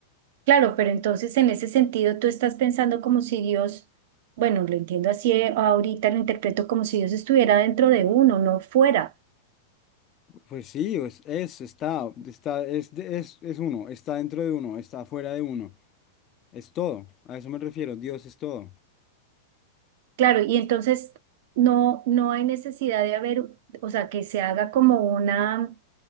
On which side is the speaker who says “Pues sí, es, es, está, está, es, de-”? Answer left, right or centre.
Left